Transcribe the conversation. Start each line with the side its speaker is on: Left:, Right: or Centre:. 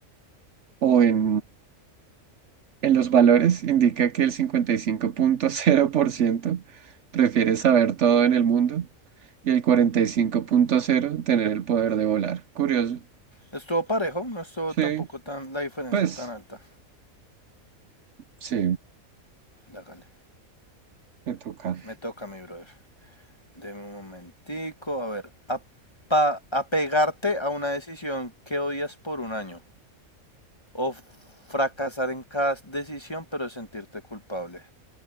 Right: o en, en los valores indica que el cincuenta y cinco punto cero por ciento prefiere saber todo en el mundo y el 45.0% tener el poder de volar. Curioso.
Left: Estuvo parejo, no estuvo
Right: Sí,
Left: tampoco tan la diferencia
Right: pues
Left: tan alta.
Right: sí,
Left: Dágale.
Right: me toca.
Left: Me toca, mi brother. Deme un momentico, a ver. A, pa- apegarte a una decisión que odias por un año. o fracasar en cada decisión, pero sentirte culpable.